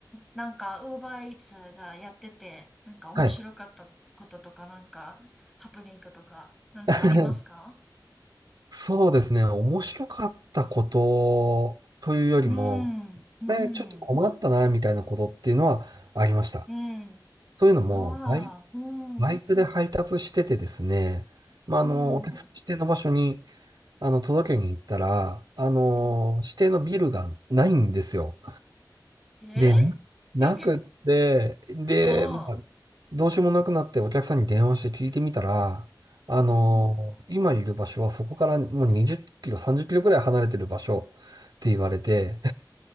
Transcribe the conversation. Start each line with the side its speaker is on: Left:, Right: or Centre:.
Centre: なんか、ウーバーイーツじゃあやってて、なんか面白かったこととか、
Right: はい。
Centre: なんか、ハプニングとか、なんかありますか
Right: <laughs> そうですね。面白かったことというよりも、
Centre: うん、う
Right: これちょっと困ったな、
Centre: ん、
Right: みたいなことっていうのはありました。
Centre: うん。
Right: というのも、
Centre: あ
Right: 外
Centre: あ、うん、
Right: バイクで配達しててですね、
Centre: う
Right: まあ、あの、
Centre: ん。
Right: お客さん指定の場所に、
Centre: う
Right: あの、届けに行ったら、あの、
Centre: ん、
Right: 指定のビルがないんですよ。
Centre: え
Right: で、ななくって、
Centre: <laughs>
Right: で、
Centre: ああ、
Right: まあ、どうしようもなくなってお客さんに電話して聞いてみたら、あの、
Centre: うん。
Right: 今いる場所はそこからもう20キロ、30キロくらい離れてる場所って言われて、